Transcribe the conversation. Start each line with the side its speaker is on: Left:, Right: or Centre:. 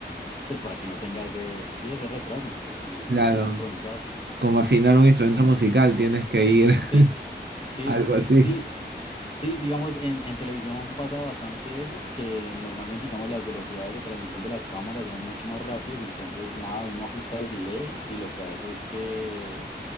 Left: pues para que no tenga ese, sí, ese retraso y,
Right: Claro,
Left: y esté sincronizado.
Right: como afinar un instrumento
Left: En-
Right: musical, tienes que ir <laughs>
Left: Sí. Sí,
Right: algo así.
Left: sí, sí, sí, digamos, en, en televisión pasa bastante eso, que normalmente, digamos, las velocidades de transmisión de las cámaras son mucho más rápidos, entonces, nada, uno ajusta el delay y lo que hace es que